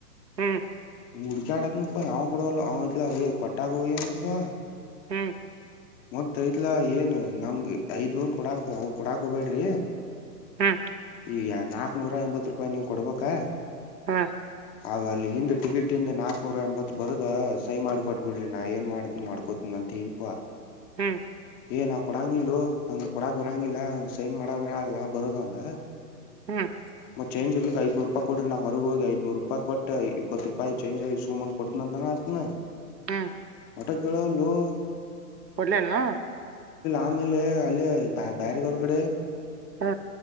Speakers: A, on the right; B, on the left.
A: ಹ್ಮ್
B: ಮುಡಿಕ ಆಡಕ್ಕಪ್ಪ ಅವನ್ ಕಡಲ್ಲ ಅವ್ ಇಲಏ ಕೊಟ್ಟಾಗ ಒಯ್ಯಾುಪ್ಪಾ
A: ಹ್ಮ್
B: ಮತ್ಐತ್ಲಾ ಏನ್ ನಮ್ಗೆ ಐದ್ನೂರ್ ಕೊಡಾಕ್ ಅವ ಕೊಡಾಕ್ ಹಬೇಡ್ರಿ
A: ಹ್ಮ್
B: ಈಗ ನಾಕ್ ನೂರ ಎಂಬತ್ ರೂಪಾಯಿ ನೀವ್ ಕೊಡ್ಬೇಕಾ
A: ಹಾ
B: ಅವ ಅಲ್ಲಿ ಹಿಂದ ಟಿಕೆಟ್ ಇಂದ ನಾಕಕ್ನೂರ ಎಂಬತ್ ಬರುೋದ ಸೈ ಮಾಡ್ಕೊಟ್ಬ ಬಿಡ್ರಿ ನಾ ಏನ್ ಮಾಡತ್ನ ಮಾಡ್ಕೋತನ ತೀನಿಪ
A: ಹ್ಮ್
B: ಏ ನಾವ್ ಕೊಡಂಗಲ್ಲು ಹಂಗ್ ಕೊಡಾಕ್ ಕೊರಂಗಿಲ್ಲ ಹಂಗ ಸೈನ್ ಮಾಡರ ಎಲ್ಲಾ ಬರುದ ಅಂದ
A: ಹ್ಮ್
B: ಮತ್ತ್ ಚೇಂಜಲ್ಲಿ ಐದನೂರು ರೂಪಾಯ ಕೊ್ರಿ ನಾ ಹೊರಗ ಹೋಗ ಐದನೂರು ರೂಪಾಯಿ ಕೊಟ್ಟ ಇಪ್ಪತ್ ರೂಪಾಯಿ ಚಂಜ್ ಸುಮ್ನ್ ಕೊಡ್ತ <unintelligible>
A: ಹ್ಮ್
B: ಮಟಕಾಲಲೋ
A: ಕೊಡ್ಲೇನ್ನ
B: ಆಮೇಲೆ ಅಲ್ಲಿ ಬ್ಯರೆದವರ್ ಕಡೆ
A: ಹ್ಮ